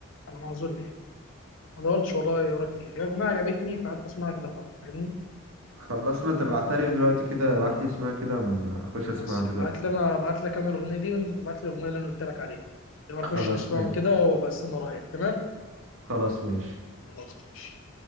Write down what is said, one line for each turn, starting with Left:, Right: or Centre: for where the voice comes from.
Left: على ما أظن يعني ما دورتش ورايا ورا كتير هي أغنية عجبتني فقعدت أسمعها كده فترة فاهمني
Right: خلاص ما تبعتها لي دلوقتي كده ابعت لي اسمها كده أما اخش
Left: خلاص
Right: اسمعها دلوقتي
Left: ابعت لي أنا ابعت لك أنا الأغنية دي وأنت تبعت لي الأغنية اللي أنا قلت لك عليها لما نخش
Right: خلاص
Left: نسمعهم
Right: ماشي
Left: كده وأبقى أستنى رأيك تمام
Right: خلاص ماشي
Left: خلاص ماشي